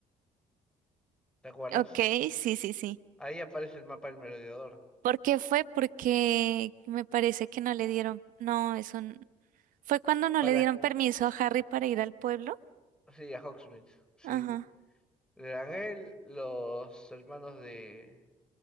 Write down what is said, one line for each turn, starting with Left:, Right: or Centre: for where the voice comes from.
Centre: ¿te acuerdas?
Right: Ok, sí, sí, sí.
Centre: Ahí aparece el mapa del merodeador.
Right: ¿Por qué fue? Porque me parece que no le dieron, no, eso, Fue cuando no
Centre: Para
Right: le dieron permiso a Harry para ir al pueblo.
Centre: Sí, a Hawksmith, sí.
Right: Ajá.
Centre: Le dan él, los hermanos de,